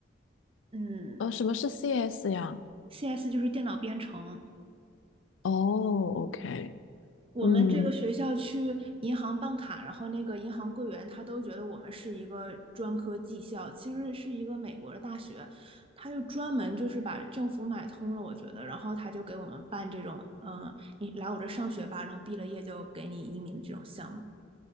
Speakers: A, on the right; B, on the left.
A: 嗯
B: 呃，什么是 CS 呀？
A: ，CS 就是电脑编程。
B: 哦，OK，
A: 我们这个学校去银行办卡，
B: 嗯，
A: 然后那个银行柜员他都觉得我们是一个专科技校，其实是一个美国的大学，他就专门就是把政府买通了，我觉得，然后他就给我们办这种，嗯，你来我这上学吧，然后毕了业就给你移民的这种项目。